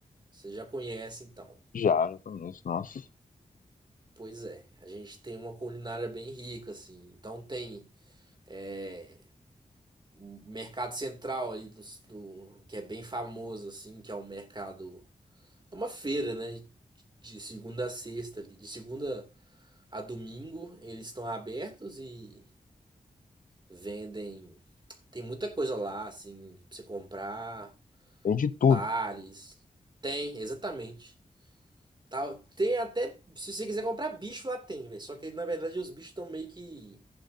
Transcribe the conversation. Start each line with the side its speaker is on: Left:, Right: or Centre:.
Right: você já conhece então.
Left: já, já conheço, nossa.
Right: Pois é, a gente tem uma culinária bem rica assim. Então tem é, o mercado central ali do, do- que é bem famoso assim, que é o mercado É uma feira, né? De segunda a sexta ali. De segunda a domingo, eles estão abertos e vendem. Tem muita coisa lá, assim, pra você comprar,
Left: Tem de
Right: bares.
Left: tudo.
Right: Tem, exatamente. Tá, tem até. Se você quiser comprar bicho, lá tem, velho. Só que na verdade os bichos estão meio que.